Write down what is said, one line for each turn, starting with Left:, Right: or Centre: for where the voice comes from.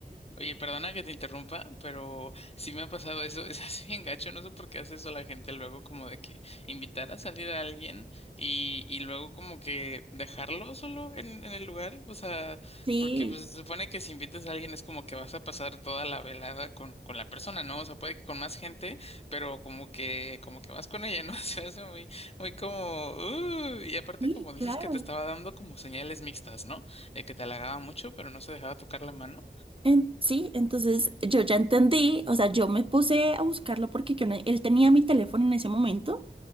Left: Oye, perdona que te interrumpa, pero sí me ha pasado eso, <laughs> es así bien gacho, no sé por qué hace eso la gente luego como de que invitar a salir a alguien y, y luego como que dejarlo solo en, en el lugar, o sea,
Right: Sí,
Left: porque pues, se supone que si invitas a alguien es como que vas a pasar toda la velada con, con la persona, ¿no? O sea, puede que con más gente, pero como que, como que vas con ella, ¿no? <laughs> Se hace muy, muy como, "Uh", y aparte
Right: sí,
Left: como dices
Right: claro.
Left: que te estaba dando como señales mixtas, ¿no? De que te halagaba mucho, pero no se dejaba tocar la mano.
Right: En- sí, entonces yo ya entendí, o sea, yo me puse a buscarlo porque yo no- él tenía mi teléfono en ese momento